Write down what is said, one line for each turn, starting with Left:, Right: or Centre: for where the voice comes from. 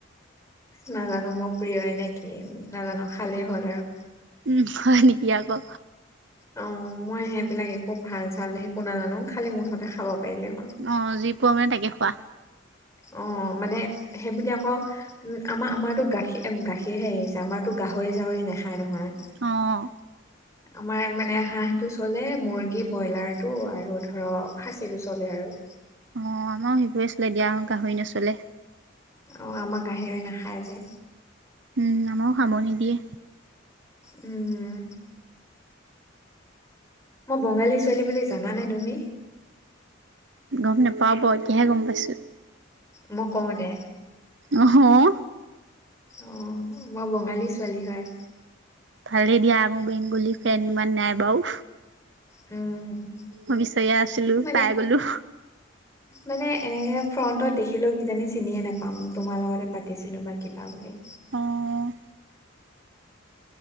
Left: নাজানো মোৰ প্ৰিয় নে কি নাজানো খালে হ'ল আৰু।
Right: উম হয় নেকি আকৌ।
Left: অ মই সেইবিলাক একো ভাল চাল একো নাজানো খালি মুঠতে খাব পাৰিলে হ'ল।
Right: অ যি পোৱা মানে তাকে খোৱা।
Left: অ মানে সেই বুলি আকৌ উম আমাৰ আমাৰতো গাখীৰ -গাখীৰহে আহিছে আমাৰতো গাহৰি -চাহৰি নাখায় নহয়।
Right: অঁ
Left: আমাৰ মানে হাঁহটো চলে মুৰ্গী, ব্ৰইলাৰ, টো আৰু ধৰ খাচীটো চলে আৰু।
Right: অহ, আমাৰো সেইবোৰে আছিলে দিয়া গাহৰি নচলে।
Left: অহ, আমাৰ গাহিৰ নাখায় যে।
Right: উম, আমাৰো খাব নিদিয়ে।
Left: উম। মই বঙালী ছোৱালী বুলি জানানে তুমি?
Right: গম নাপাওঁ এতিয়াহে গম পাইছোঁ।
Left: মই কওঁ দে।
Right: অহ।
Left: অহ, মই বঙালী ছোৱালী হয়।
Right: ভালে দিয়া। মোৰ বেংগলী ফেন ইমান নাই বাৰু।
Left: উম।
Right: মই বিচাৰিয়ে আছিলোঁ,
Left: মানে
Right: পাই গলোঁ।
Left: মানে এনেকে ফ্ৰন্টত দেখিলেও কিজানি চিনিয়ে নোপাম, তোমাৰ লগতে পাতিছিলোঁ বা কিবা বুলি।
Right: অহ।